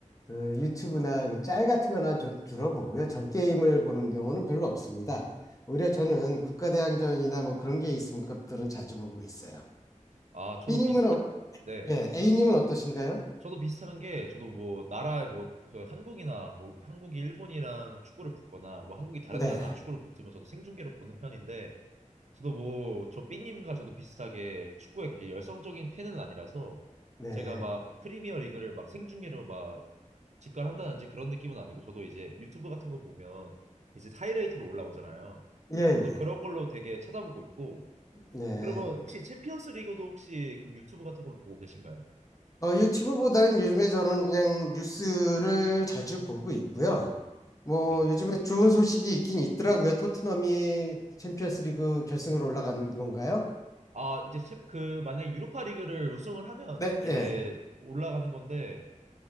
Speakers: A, on the left; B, on the right.
A: 그 유튜브나 그 짤 같은 거나 주, 주로 보고요. 전 게임을 보는 경우는 별로 없습니다. 오히려 저는 국가대항전이나 뭐 그런 게 있으면 그것들은 자주 보고 있어요.
B: 아 저도
A: B님은,
B: 비슷한
A: 어,
B: 네
A: 예, A님은 어떠신가요?
B: 저도 비슷한 게 저도 뭐 나라에 뭐그 한국이나 뭐 한국이 일본이랑 축구를 붙거나 뭐 한국이 다른
A: 네,
B: 나라랑 축구를 붙으면 저도 생중계로 보는 편인데 저도 뭐, 저 삐님과 저도 비슷하게 축구에 그렇게 열성적인 팬은 아니라서
A: 네,
B: 제가 막 프리미어 리그를 막 생중계로 막 직관한다든지 그런 느낌은 아니고 저도 이제 유튜브 같은 거 보면 이제 하이라이트로 올라오잖아요.
A: 예,
B: 저도
A: 예,
B: 그런 걸로 되게 찾아보고 있고
A: 네.
B: 그러면 혹시 챔피언스 리그도 혹시 그럼 유튜브 같은 걸로 보고 계신가요?
A: 어, 유튜브보다는 요즘에 저는 그냥 뉴스를 자주 보고 있고요. 뭐
B: 네.
A: 요즘에 좋은 소식이 있긴 있더라고요. 토트넘이 챔피언스리그 결승으로 올라간 건가요?
B: 아, 이제 챔, 그 만약에 유로파 리그를 우승을 하면
A: 네,
B: 이제
A: 예.
B: 올라가는 건데